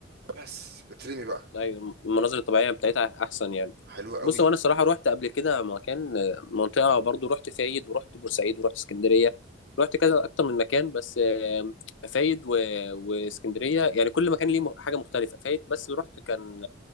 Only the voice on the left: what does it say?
ايوه المناظر الطبيعيه بتاعتها احسن يعني
بص هو انا الصراحه رحت قبل كده مكان منطقه برضو رحت فايد ورحت بورسعيد ورحت اسكندريه رحت كذا اكتر من مكان بس آم، فايد و... واسكندريه يعني كل مكان ليه م- حاجه مختلفه فايد بس رحت كان